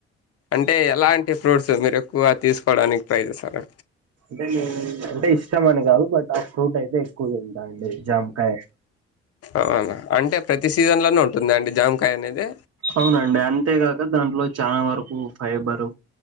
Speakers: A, on the left (about 50°); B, on the right (about 55°).
A: అంటే ఎలాంటి ఫ్రూట్స్ మీరు ఎక్కువ తీసుకోవడానికి ట్రై చేస్తారు
B: లే లే అంటే ఇష్టం అని కాదు బట్ ఆ ఫ్రూట్ అయితే ఎక్కువగా ఉంటాయి అండి జామకాయ
A: అవునా అంటే ప్రతి సీజన్ లోనూ ఉంటుందా అండి జామకాయ అనేది
B: అవునండి అంతేగాక దాంట్లో చాలా వరకు ఫైబరు